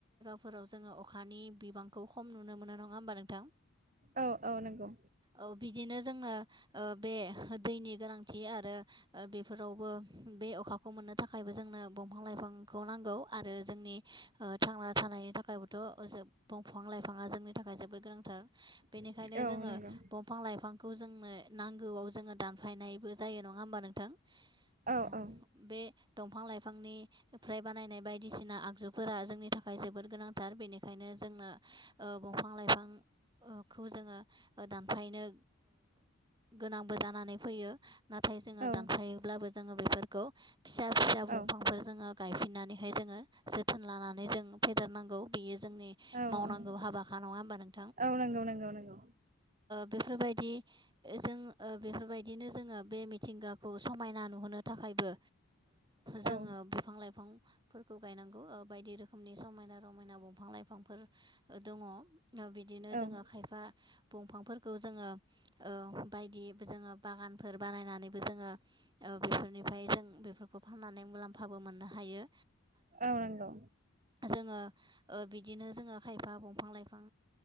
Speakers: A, on the right; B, on the right.
A: फोराव जोंङो अखानि बिबांखौ खम नुनो मोनो नंङा होमबा नोंथां?
B: औ औ नंगौ।
A: औ बिदिनो जोनो बे दैनि गोनांथि आरो बेफोरावबो बे अखा माखौ मोननो थाखायबो जोंनो दंफां लाइफांखौ नांगौ। आरो जोंनि थांना थानायनि थाखायबोथ दंफां लाइफाङा जोंनि थाखाय जोबोद गोनांथार।
B: <inaudible>
A: बेनिखायनो
B: औ
A: जोंङो
B: नंगौ
A: दंफां लाइफां खौ जोंनो नांगौआव जोंङो दानफायनायबो जायो नङा होमबा नोंथां। <inaudible>
B: औ औ
A: बे दंफां लाइफांनिफ्राय बानायनाय बाय बायदिसिना आगजुफोरा जोंनि थाखाय जोबोद गोनांथार बेनिखायनो जोंनो दंफां लाइफां। खौ जोंङो दानफायनो गोनांबो जानानै फैयो नाथाय। ना जोंङो
B: औ
A: दानफायोब्लाबो जोंङो बेफोरखौ फिसा फिसा दंफांफोर
B: औ
A: जोङो गायफिननानै। बेहाय जोंङो जोथोन लानानै जों फेदेरनांगौ बेयो जोंनि
B: औ
A: मावनांगौ हाबाख नङा होनबानो
B: औ नंगौ नंगौ।
A: बेफोरबायदि जों बेफोरबायदिनो जोंङो बे मिथिंगाखौ समायना नुहोनो थाखायबो जोंङो
B: औ
A: बिफां लाइफां। फोरखौ गायनांगौ बायदि रोखोमनि समायना रमायना दंफां लाइफांफोर दंङ। बिदिनो जोंङो
B: औ
A: खायफा दंफांफोरखौ जोंङो बायदि जोंङो बागानफोर बानायनानैबो जोंङो। बेफोरनिफ्राय जों बेफोरखौ फाननानै मुलाम्फाबो मोननो हायो।
B: औ नंगौ।
A: जोंङो बिदिनो जोंङो खायफा दंफां लाइफां